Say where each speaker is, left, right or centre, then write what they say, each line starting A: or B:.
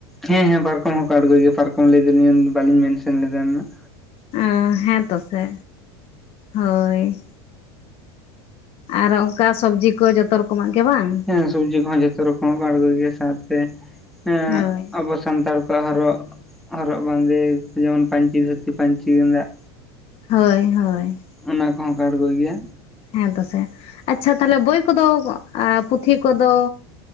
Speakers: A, in the centre; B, on the left (about 45°).
A: ᱦᱮᱸ ᱦᱮᱸ ᱯᱟᱨᱠᱚᱢ ᱦᱚᱸ ᱠᱚ ᱟᱜᱩᱭ ᱜᱮ ᱯᱟᱨᱠᱚᱢ ᱞᱟᱹᱭ ᱫᱟᱹᱞᱤᱧ ᱵᱟᱞᱤᱧ ᱢᱮᱱᱥᱮᱱ ᱞᱮᱫᱟ ᱱᱟᱜᱼᱼᱼ
B: ᱟᱸᱻ ᱦᱮᱸᱛᱚ ᱥᱮ ᱦᱚᱭ᱾ ᱟᱨ ᱚᱱᱠᱟ ᱥᱚᱵᱽᱡᱤ ᱠᱚ ᱡᱚᱛᱚ ᱨᱚᱠᱚᱢᱟᱜ ᱜᱮ ᱵᱟᱝ?
A: ᱦᱮᱸ ᱥᱚᱵᱽᱡᱤ ᱠᱚᱦᱚᱸ ᱡᱷᱚᱛᱚ ᱨᱚᱠᱚᱢᱟᱜ ᱠᱚ ᱟᱬᱜᱩᱭ ᱜᱮᱭᱟ ᱥᱟᱶᱛᱮᱼᱼ ᱦᱮᱸᱜ
B: ᱦᱳᱭ
A: ᱟᱵᱚ ᱥᱟᱱᱛᱟᱲ ᱠᱚᱣᱟᱜ ᱦᱚᱨᱚᱜᱼᱼ ᱦᱚᱨᱚᱜ ᱵᱟᱸᱫᱮ ᱡᱮᱢᱚᱱ ᱯᱟᱧᱪᱤ ᱫᱷᱩᱛᱤ ᱯᱟᱹᱧᱪᱤ ᱜᱮᱸᱫᱟᱜᱼᱼ
B: ᱦᱚᱭ ᱦᱚᱭ᱾
A: ᱚᱱᱟ ᱠᱚᱦᱚᱸ ᱠᱚ ᱟᱬᱜᱩᱭ ᱜᱮᱭᱟ᱾
B: ᱦᱮᱸ ᱛᱚ ᱥᱮ ᱟᱪᱪᱷᱟ ᱛᱟᱦᱚᱞᱮ ᱵᱳᱭ ᱠᱚᱫᱚ ᱮᱸ ᱯᱩᱛᱷᱤ ᱠᱚᱫᱚᱼᱼ